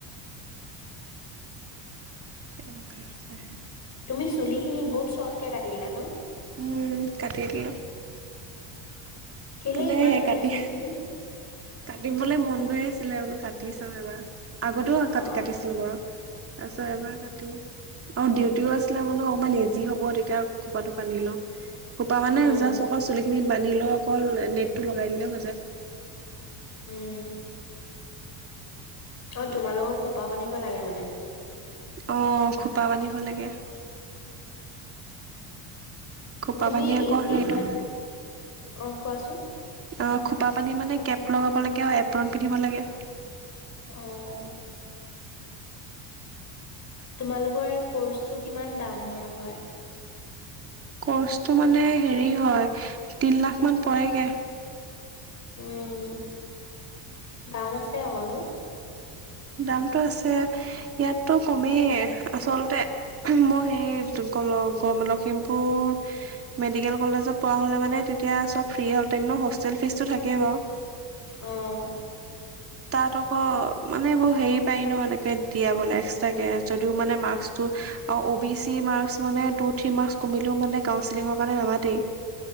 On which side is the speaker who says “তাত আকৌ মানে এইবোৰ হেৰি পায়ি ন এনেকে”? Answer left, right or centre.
Right